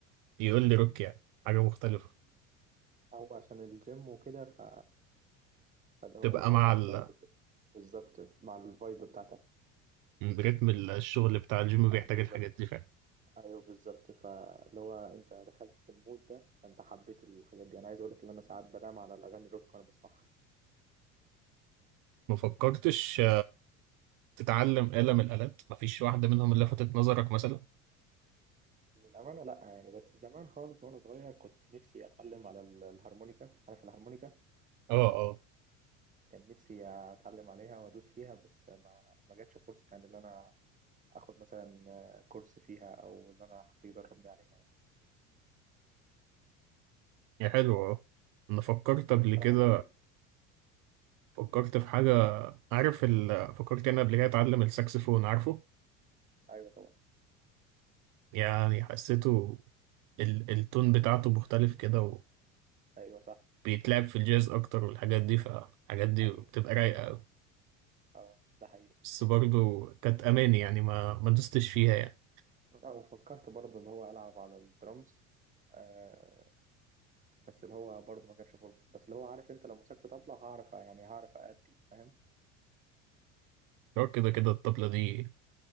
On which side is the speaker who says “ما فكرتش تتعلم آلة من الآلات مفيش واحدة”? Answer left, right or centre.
Right